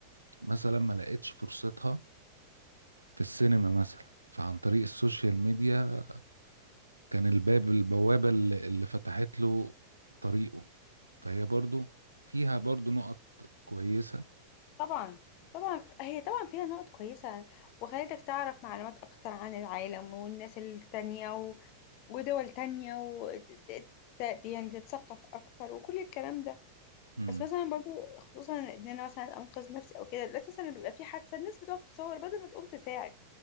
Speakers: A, on the right (about 80°); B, on the left (about 45°).
A: مثلا ما لقيتش فرصتها في السينما مثلا فعن طريق السوشيال ميديا كان الباب البوابة اللي اللي فتحت له طريقه فهي برضو فيها برضو نقط كويسة
B: طبعا طبعا هي طبعا فيها نقط كويسة وخلتك تعرف معلومات أكتر عن العالم والناس التانية و... ودول تانية و... ت- ت- يعني تتثقف أكتر وكل الكلام ده
A: امم
B: بس مثلا برضو خصوصا إن أنا مثلا أنقذ نفسي أو كده دلوقتي مثلا بيبقى في حادثة الناس بتقف تصور بدل ما تقوم تساعد